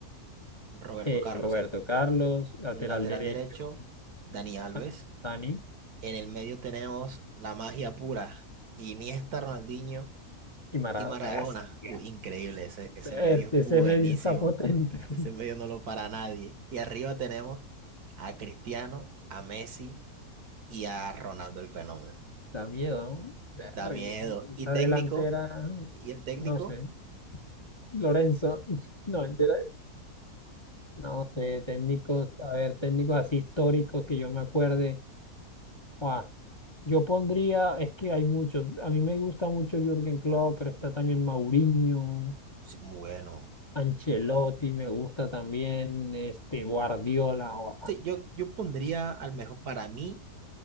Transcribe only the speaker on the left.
Eh,
Roberto
Carlos, lateral
derecho,
ah, Dani
y Maradona.
Bestia.
Este,
ese
medio está potente. <laughs>
Da miedo, ¿no? Verga,
Esa
delantera,
no sé. Lorenzo, <laughs> no, entera. No sé, técnicos, a ver, técnicos así históricos que yo me acuerde. Buah, Yo pondría, es que hay muchos. A mí me gusta mucho Jürgen Klopp, pero está también Mourinho.
Ancelotti me gusta también, este Guardiola, gua-